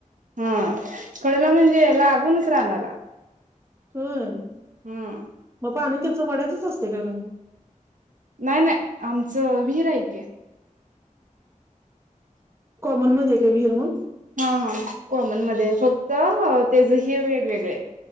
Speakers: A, on the right (about 70°); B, on the right (about 20°).
A: हा कडेला म्हणजे लागूनच रानाला
B: हम
A: हम्म
B: म पाणी त्याचं वड्यातच असतय काय मग
A: नाय नाय आमचं विहीर हाय की
B: कॉमन मध्ये काय विहीर मग
A: हा हा कॉमन मध्ये फक्त तेचं हे वेगवेगळेत